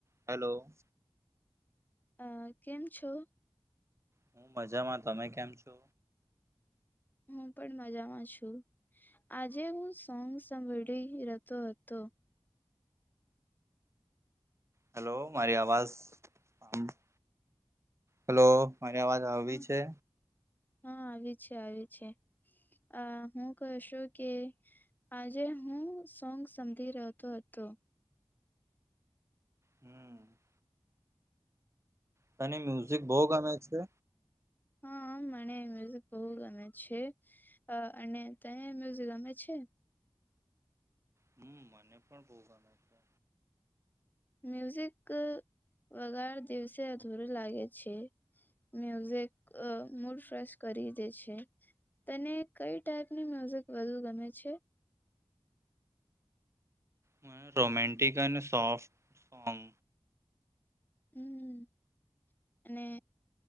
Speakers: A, on the right (about 30°); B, on the left (about 20°).
A: Hello.
B: અહ કેમ છો?
A: હૂં મજામાં. તમે કેમ છો?
B: હું પણ મજામાં છું. આજે હું સોંગ સાંભળી રહેતો હતો.
A: હેલો મારી આવાઝ <unintelligible> હલો. મારી આવાજ આવી
B: હા
A: છે?
B: હા, આવી છે, આવી છે, અહ હું કહું સું કે આજે હું સોંગ સાંભળી રેહતો હતો.
A: હમ્મ. તને મ્યુઝિક બહું ગમે છે?
B: હા, મને મ્યુઝિક બહુ ગમે છે અને તને મ્યુઝિક ગમે છે?
A: હમ્મ, મને પણ બો ગમે છે.
B: મ્યુઝિક વગાર દિવસે અધૂરું લાગે છે. મ્યુઝિક મૂડ ફ્રેશ કરી દે છે. તને કઈ ટાઈપની મ્યુઝિક વધુ ગમે છે?
A: મને રોમેન્ટિક અને સોફ્ટ સોંગ.
B: હમ્મ અને